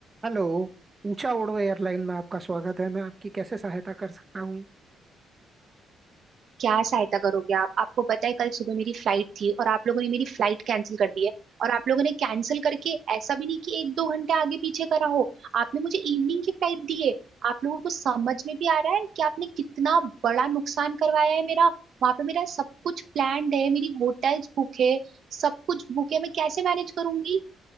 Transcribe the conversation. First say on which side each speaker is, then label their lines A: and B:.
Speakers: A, on the right (about 25°); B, on the right (about 60°).
A: हेलो ऊंचा उड़ो एयरलाइन में आपका स्वागत है मैं आपकी कैसे सहायता कर सकता हूँ
B: क्या सहायता करोगे आप आपको पता है कल सुबह मेरी फ्लाइट थी और आप लोगों ने मेरी फ्लाइट कैंसिल कर दी है और आप लोगों ने कैंसिल करके ऐसा भी नहीं कि एक दो घंटे आगे पीछे करा हो आपने मुझे इवनिंग की फ्लाइट दी है आप लोगों को समझ में भी आ रहा है कि आपने कितना बड़ा नुकसान करवाया है मेरा वहां पे मेरा सब कुछ प्लान्ड है मेरी होटल्स बुक है सब कुछ बुक है मैं कैसे मैनेज करूंगी